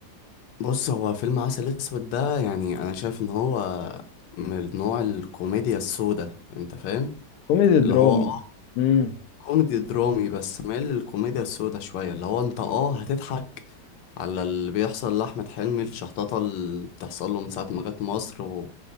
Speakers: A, on the left; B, on the left.
A: بص هو فيلم عسل اسود ده يعني انا شايف ان هو من نوع الكوميديا السوداء انت فاهم
B: كوميدي درامي
A: اللي هو اه
B: امم
A: كوميدي درامي بس مايل للكوميديا السوداء شوية اللي هو انت اه هتضحك على اللي بيحصل لأحمد حلمي الشحططة اللي بتحصل له من ساعة ما جت مصر و...